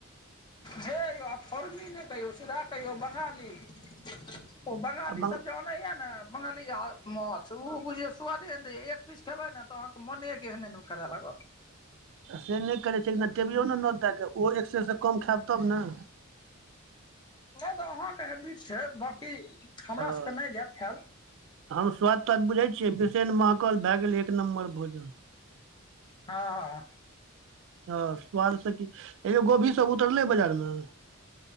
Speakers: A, on the left; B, on the right.
A: हे यौ आब फौर्मी नै कहियौ सीधा कहियौ बंगाली। ओ बंगाली
B: आ बं
A: सब जे आनैया ने बंगाली माछ। से ओ बुझियौ सुवादे नै एक पीस खेबै ने तऽ अहाँके मने केएहने दुन करय लागत।
B: से नहि करै छै, एकना टेबियो ने नोत दए कऽ ओ एकसेर से कम खायब तब ने।
A: नहि तऽ अहाँके हैबिट छै, बाँकी हमरा
B: हँ
A: सभके नहि हैयत खायल।
B: हम स्वाद- त्वाद बुझै छियै, बिसैन महकल भए गेल एक नम्बर भोजन।
A: हँऽ।
B: हँ स्वाद से की, अंयो गोभी सब उतरले बाजार में।